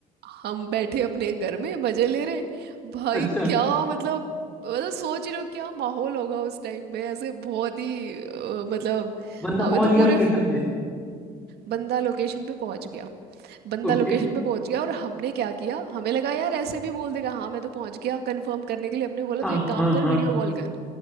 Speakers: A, on the right (about 70°); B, in the centre.
A: हम बैठे अपने घर में मजे ले रहे हैं। भाई
B: अच्छा
A: क्या मतलब मतलब सोच रहे हो क्या माहौल होगा उस टाइम पे ऐसे बहुत ही अ, मतलब
B: बंदा
A: हमें
B: पहुंच
A: तो
B: गया
A: पूरे
B: लोकेशन पे
A: बंदा लोकेशन पे पहुंच गया बंदा
B: ओके
A: लोकेशन पे पहुंच गया और हमने क्या किया हमें लगा यार ऐसे भी बोल देगा हाँ मैं तो पहुंच गया कंफर्म करने के लिए हमने बोला
B: हाँ
A: तो एक काम
B: हाँ
A: कर
B: हाँ
A: वीडियो कॉल कर